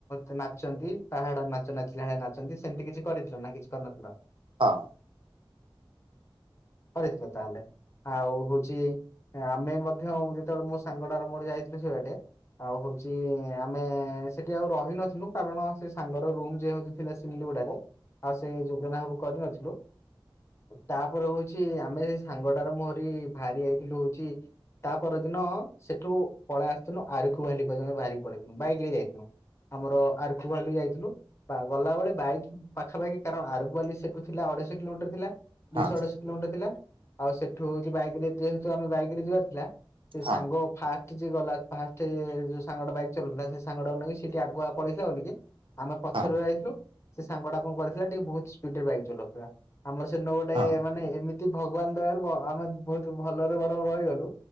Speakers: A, on the left (about 30°); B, on the right (about 70°).
A: ଦେ ନାଚନ୍ତି ପାହାଡ ନାଚ ନାଚିଲାେଳିଆ ନାଚନ୍ତି ସେମିତି କିଛି କରିଥିଲ ନା କିଛି କରିନଥିଲ।
B: ହଁ।
A: କରିଥିଲ ତାହଲେ। ଆଉ ହଉଛି ଆମେ ମଧ୍ୟ ଯେତେବେଳେ ମୁଁ ସାଙ୍ଗଡାାର ମୋର ଯାଇଥିଲୁ ସେଇ ବାଟେ ଆଉ ହଉଛି ଆମେ ସେଠି ଆଉ ରହି ନଥିଲୁ କାରଣ ସେ ସାଙ୍ଗର ରୁମ୍ ଯେ ହଉ ଥିଲା ତିଲିଗୁଡାରେ ଆଉ ସେ ଯୋଜନା ସବୁ କରିନଥିଲୁ। ତାପରେ ହଉଛି ଆମେ ସେ ସାଙ୍ଗଟାର ମୁହଁରି ବାହାରି ଯାଇଥିଲୁ ହଉଛି ତା ପର ଦିନ ସେଠୁ ପଳେଇ ଆସିଥିଲୁ ଆରକୁୁ ବାହାରଲି ପର୍ଯ୍ୟନ୍ତ ବାହାରିକି ପଳେଇଥିଲୁ ବାଇକ ରେ ଯାଇଥିଲୁ। ଆମର ଆର୍କୁ ଭାଲି ଯାଇଥିଲୁ। ଗଲାବେଳେ ବାଇକ ପାଖାପାଖି କାରଣ ଆରଗୁ ବାଲି ସେଠୁ ଥିଲା ଅଢେଇଶ କିଲୋମିଟର ଥିଲା।
B: ହଁ
A: ଦୁଇଶହ ଅଠଶହ କିଲୋମିଟର ଥିଲା। ଆଉ ସେଠୁ ହଉଛି ବାଇକ ରେ ଯେହେତୁ ଆମେ ବାଇକ ରେ ଯିବାର ଥିଲା ସେ
B: ହଁ
A: ସାଙ୍ଗ ଫାର ଗଲାଷ୍ଟ ଯୋଉ ସାଙ୍ଗା ବାଇକ୍ ଚଲଥିଲା ସେ ସାଙ୍ଗାକୁ ନେଇକି ସେଠି ଆଗୁଆ ପଳେଇଥିଲା ବୋଲି କି ଆମେ ପଛରେ
B: ହଁ
A: ଯାଇଥିଲୁ ସେ ସାଙ୍ଗଟା କଣ କରିଥିଲା ଟିକେ ବହୁତ ସ୍ପିଡ ବାଇକ୍ ଚଲାଉଥିଲା। ଆମ ସେନିନୁ ଗୋଟେ
B: ହଁ
A: ମାନେ ଏମିତି ଭଗବାନ ଦୟାର ଆମେ ବହୁତ ଭଲରେ ବରଂ ରହିଗଲୁ।